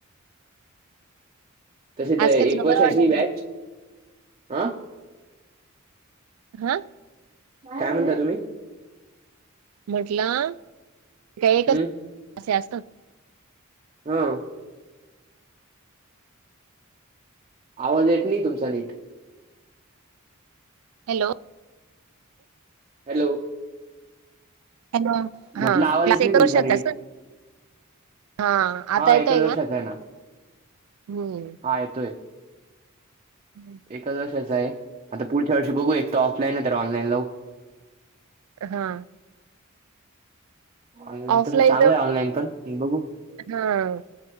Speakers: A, on the right; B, on the right.
A: तसे तर
B: आज
A: एक
B: काय तुला
A: वर्षाची
B: बरं वाटलं
A: बॅच. हा?
B: हा?
A: काय म्हणता तुम्ही?
B: म्हटलं का एकच
A: हम्म
B: असे असतात.
A: हो. आवाज येत नाही तुमचा नीट.
B: हॅलो!
A: हॅलो!
B: हॅलो!
A: म्हटलं
B: हा
A: आवाज
B: क्लास
A: येत
B: एक
A: नाही तुमचा
B: वर्षा
A: नीट
B: चा असतो? हा
A: हा
B: आता येतोय
A: एकच वर्षाचा
B: ना
A: आहे
B: हम्म
A: हा येतोय
B: हम्म.
A: एकच वर्षाच आहे आता पुढच्या वर्षी बघू एक तर ऑफलाईन आहे तर ऑनलाईन लावू
B: हा
A: ऑनलाईन
B: ऑफलाईन
A: तस चांगलं
B: जर
A: आहे ऑनलाईन पण बघू
B: हां